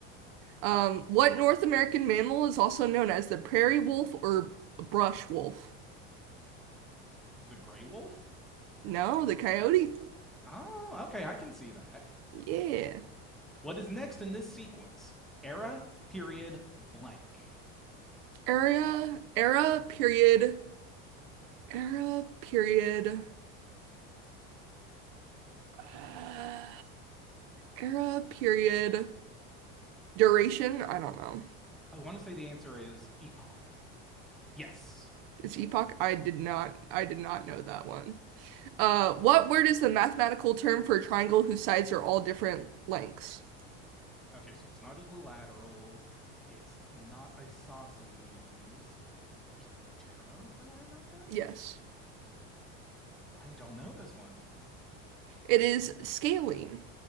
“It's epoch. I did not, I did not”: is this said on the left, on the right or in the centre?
Right